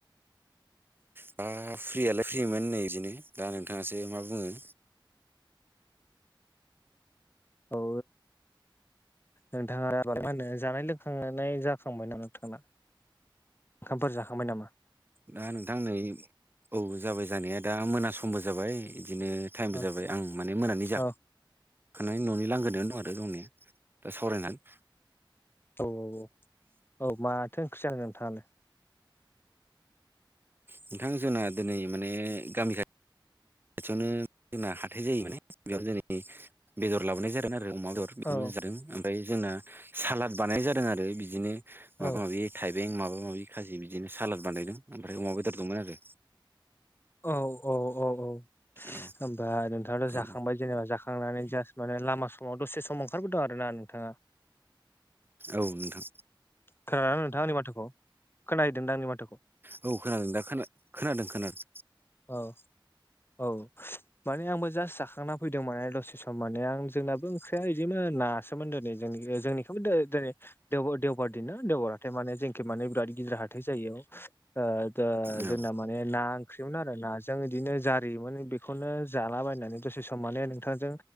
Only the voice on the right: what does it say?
दा फ्रियालाय फ्रिमोन नै बिदिनो दा नोंथाङासो मा बुङो?
दा नोंथां नै औ जाबाय जानाया दा मोना समबो जाबाय बिदिनो टाइमबो
जाबाय आं माने मोनानि जाख
खांनायनि उनाव न'नि लांगोनायाव दं आरो दंनाया दा सावरायनानै
नोंथां जोंना दिनै माने गामि खा खाथियावनो जोंना हाथाय जायो माने बेयावनो दिनै बेदर लाबोनाय जादों आरो अमा बेदर बेखौनो
जादों ओमफ्राय जोंना सालाद बानायनाय जादों आरो बिदिनो माबा
माबि थाइबें माबा माबि खाजि बिदिनो सालाद बानायदों ओमफ्राय अमा बेदर दंमोन आरो
औ
औ
औ नोंथां
औ खोनादों दा खोनादों- खोनादों
औ